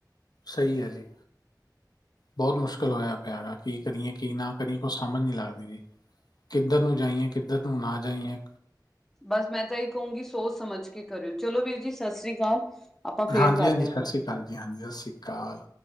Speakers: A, on the left; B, in the centre.
A: ਸਹੀ ਆ ਜੀ। ਬਹੁਤ ਮੁਸ਼ਕਿਲ ਹੋਇਆ ਪਿਆ ਗਾ ਕੀ ਕਰੀਏ ਕੀ ਨਾ ਕਰੀਏ ਏ ਕੁਛ ਸਮਝ ਨੀ ਲੱਗਦੀ ਜੀ। ਕਿੱਧਰ ਨੂੰ ਜਾਂਈਏ ਕਿੱਧਰ ਨੂੰ ਨਾ ਜਾਂਈਏ।
B: ਬਸ ਮੈਂ ਤਾਂ ਇਹ ਕਹੂੰਗੀ ਸੋਚ ਸਮਝ ਕਰਿਓ ਚਲੋ ਵੀਰ ਜੀ ਸਾਸਰੀ ਕਾਲ। ਆਪਾਂ ਫੇਰ
A: ਹਾਂਜੀ,
B: ਕਰਦੇ
A: ਸਤਿ
B: ਆ ਗੱਲ।
A: ਸ਼੍ਰੀ ਅਕਾਲ ਹਾਂਜੀ ਹਾਂਜੀ ਸਸਰੀ ਕਾਲ।